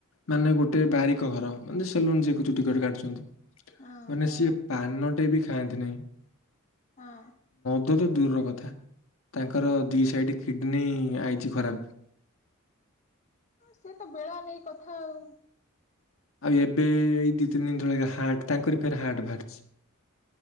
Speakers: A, on the left (about 75°); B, on the left (about 35°).
A: ମାନେ ଗୋଟେ ବାରିକ ଘର ମାନେ ସେଲୁନ ଯିଏ ଏ କୁ ଚୁଟି କଟ କାଟୁଛନ୍ତି
B: ହଁ
A: ମାନେ ସିଏ ପାନ ଗୋଟେ ବି ଖାଆନ୍ତି ନାହିଁ।
B: ହଁ
A: ଏ ତ ଦୂରର କଥା ତାଙ୍କର ଦି ସାଇଡ କିଡନୀ ଖରାପ
B: ସେ ତ ବେଳା ନେଇ କଥା ଆଉ
A: ଆଉ ଏବେ ଏଇ ଦି ତିନି ଦିନ ତଳେ ହାଟ ତାଙ୍କରି ଫେର ହାଟ ବାହାରିଛି